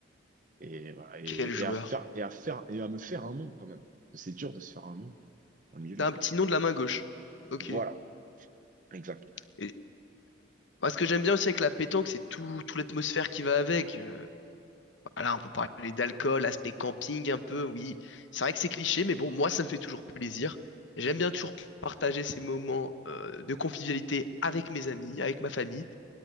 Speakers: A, on the right; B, on the left.
A: et voilà, et,
B: Quel joueur.
A: et à faire et à faire et à me faire un nom quand même. Parce que C'est dur de se faire un nom dans le milieu de
B: T'as
A: la
B: un
A: pétanque.
B: petit nom de la main gauche. Ok.
A: Voilà, exact.
B: Et... moi, ce que j'aime bien aussi avec la pétanque, c'est tout, tout l'atmosphère qui va avec. Euh, voilà, on peut parler d'alcool, aspect camping un peu, oui. C'est vrai que c'est cliché, mais bon, moi, ça me fait toujours plaisir. J'aime bien toujours partager ces moments euh, de convivialité avec mes amis, avec ma famille.